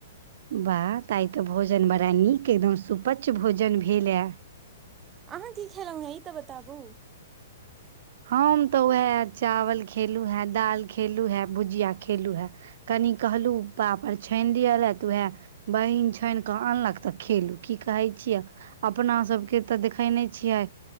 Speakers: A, on the right; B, on the right.
A: बाह तऽ आय तऽ भोजन बड़ा नीक अए एकदम सुपच्च भोजन भेलै।
B: अहाँ की खेलौ है। ई तऽ बताबु?
A: हम तऽ उहे चावल खेलु हे दाल खेलु हे भुजिया खेलु हैं कनि कहलु पापड़ छानि दियलैय ह त उहे बहिन छानि कऽ अनलक तऽ खेलू की कहै छियै। अपना सबके तऽ देखे नहि छियै